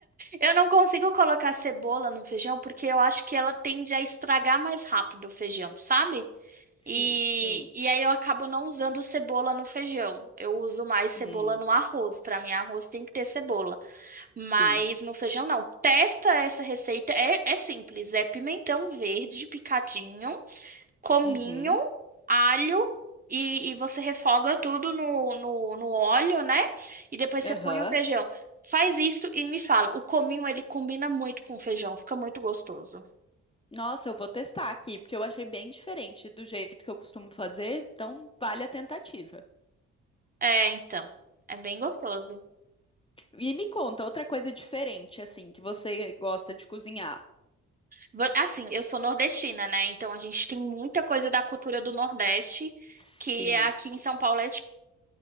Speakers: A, on the right (about 25°); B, on the left (about 15°).
A: Eu não consigo colocar cebola no feijão porque eu acho que ela tende a estragar mais rápido o feijão, sabe?
B: Sim,
A: E,
B: sim.
A: e aí eu acabo não usando cebola no feijão. Eu uso mais cebola
B: Hum,
A: no arroz. Para mim, arroz tem que ter cebola. Mas
B: sim.
A: no feijão não. Testa essa receita. É, é simples. É pimentão verde picadinho. cominho,
B: Uhum,
A: alho e, e você refoga tudo no, no, no óleo, né? E depois você
B: aham.
A: põe o feijão. Faz isso e me fala. O cominho, ele combina muito com o feijão, fica muito gostoso.
B: Nossa, eu vou testar aqui, porque eu achei bem diferente do jeito que eu costumo fazer, então vale a tentativa.
A: É, então. É bem gostoso.
B: E me conta outra coisa diferente, assim, que você gosta de cozinhar.
A: Vo- Assim, eu sou nordestina, né? Então a gente tem muita coisa da cultura do Nordeste
B: Sim.
A: que aqui em São Paulo é